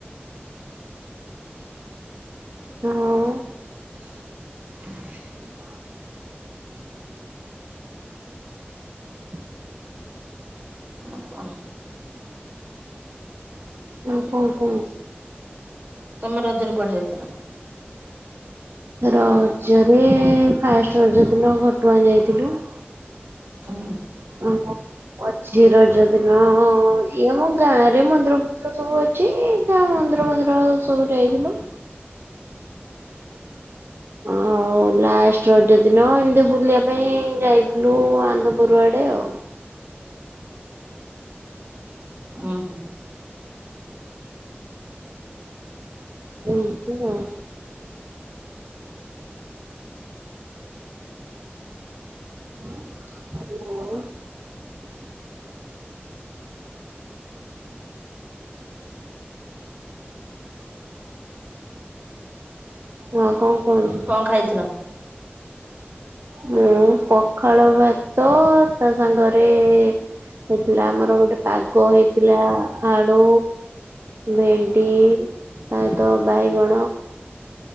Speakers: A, on the right (about 70°); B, on the right (about 45°).
A: <inaudible>
B: <inaudible>
A: ହଁ <inaudible> ହୁଁ।
B: ଆଉ କଣ?
A: ହୁଁ, ହୁଁ, ହୁଁ।
B: ତମେ ରଜରେ କୁଆଡେ ଯାଇଥିଲ?
A: ରଜରେ ଫାଷ୍ଟ ରଜ ଦିନ ଘଟଗାଁ ଯାଇଥିଲୁ। <inaudible>
B: <inaudible>
A: ଆଉ କଣ ମଝି ରଜ ଦିନ ହଁ ଇଏ ଆମ ଗାଁ ରେ ମନ୍ଦିର ଫନ୍ଦିର ସବୁ ଅ ଛି ମନ୍ଦିର ମନ୍ଦିର ସବୁ ଯାଇଥିଲୁ। ଆଉ ହଉ ଲାଷ୍ଟ ରଜ ଦିନ ଏମିତି ବୁଲିବା ପାଇଁ ଯାଇଥିଲୁ ଆନ୍ଧପୁର ଆଡେ ଆଉ।
B: ଓହୋ।
A: ଏମିତି ଆଉ <inaudible> ହଁ କଣ କହନ୍ତୁ?
B: କଣ ଖାଇଥିଲ?
A: ମୁଁ ପଖାଳ ଭାତ ତା ସାଙ୍ଗରେ ହେଇଥିଲା ଆମର ଗୋଟେ ପାଗ ହେଇଥିଲା ଆଳୁ ଭେଣ୍ଡି ତାହିତ ବାଇଗଣ